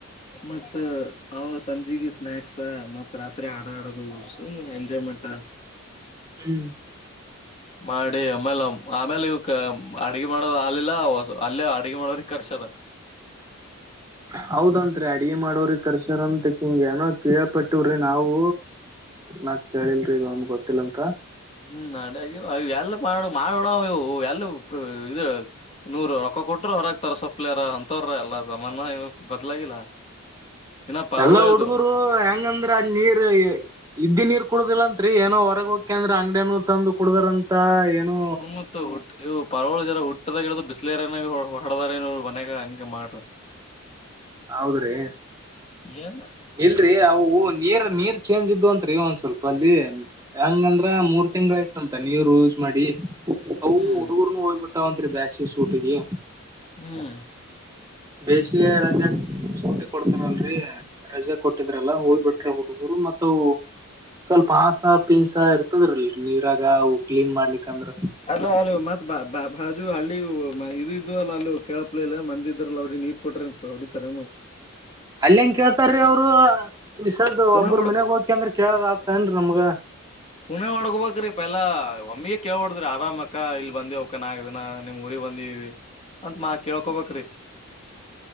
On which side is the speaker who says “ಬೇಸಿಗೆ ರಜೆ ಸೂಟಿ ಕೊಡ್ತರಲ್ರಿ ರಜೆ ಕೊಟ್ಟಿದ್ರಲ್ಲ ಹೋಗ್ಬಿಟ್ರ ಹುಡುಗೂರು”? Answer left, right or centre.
Right